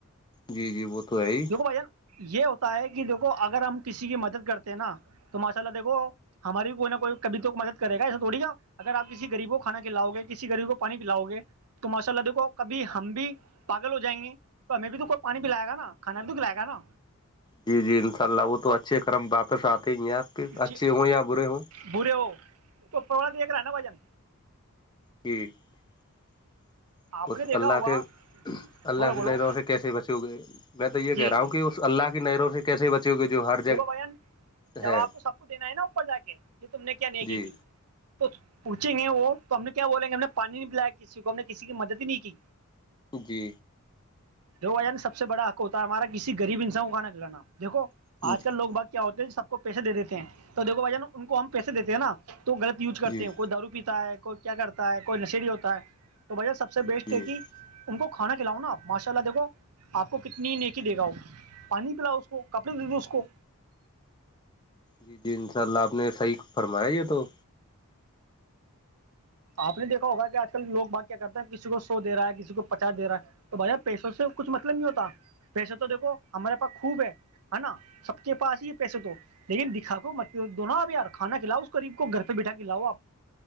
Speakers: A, on the left (about 20°); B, on the right (about 80°).
A: جی جی وہ تو ہے ہی
B: بھائ جا ن یہ ہوتا ہے کہ دیکھو اگر ہم کسی کی مدد کرتے ہیں نا تو ماشاء اللہ دیکھو ہماری بھی کوئی نہ کوئیبھی تو مد کرے گا ایسے تھوڑیا اگر آپ کسی ریب کو کھانا کھلاؤ گے کسی غریب کو پانی پلاؤ گے تو ماشاء اللہ دیکھو کبھی ہم بھی پاگل ہو جائیں گے تو ہمیں بھی توئی پانی پلائے گا نا کھا بھی تو پلائے گا نا
A: جی جی انشاء اللہ وہ تو اچھے کرم واپس آتے ہی ہیں آپ کے
B: جی
A: اچھے ہوں یا برے ہوں
B: برے ہو اس کو پرواد دیکھ رہا ہے نا بجن
A: ٹھ <unintelligible>
B: آپ
A: اس
B: نے دیکھا
A: اللہ
B: ہوگا
A: کے
B: جی
A: اللہ
B: بولو
A: کی
B: بولو
A: نظروں سے کیسے بچو گئے میں تو یہ
B: جی
A: کہہ رہا ہوں کہ اس اللہ کی نروں سے کیسے ب ج گ جو ہر <unintelligible>
B: دگو بن جاب
A: ہے
B: تو سب کو دینا ہے نا اوپر جا کے کہ تم نے کیا نیکی
A: جی
B: کی <unintelligible> تو پوچیں گے وہ تو ہم نے کیا بولیں گے ہم نے پانی نہیں پلایا کسی کو ہم نے کسی کی مدد ہی نہیں کی
A: جی
B: جو وا سب سے بڑا حق ہوتا ہے ہمارا کسی غریب انسان کو کاا کلانا دیکو
A: جی
B: آج کل لوگ بات کیا ہوتے ہیں سب کو پیسے دے دیتے ہیں تو دیکو بھائی جان ن ان کو ہم پیسے دیتے ہیں نا تو غلط یوج کرتے
A: جی
B: ہیں کوئی دارو پیتا ہے کوئی کیا کرتا ہے کوئی نشیڑی ہوتا ہے تو بھاجن سب سے
A: جی
B: بیسٹ
A: جی
B: ہے کہ ان کو کھانا کھلاؤ نا ماشاء اللہ دیکھو آپ کو کتنی نیکی دے گا ہو پانی پلا اس کو کپڑے دے دو اس کو
A: جی جی انشاء اللہ آپ نے صحیح فرمایا یہ تو
B: آپ نے دیکھا ہوگا کہ آج کل لوگ بات کیا کرتے ہیں کسی کو سو دے رہا ہے کسی کو پچاس دے رہا ہے تو بھائی پیسوں سے کچھ مطلب نہیں ہوتا پیسے تو دیکھو ہمارے پاس خوب ہے نا سب کے پا ہی پیسے تو لیکن دکھا کوو مطل د نا اپ یار کانا کھلاؤ اس قریب کو گھر پہ بیٹھا کھلاؤ آپ <unintelligible>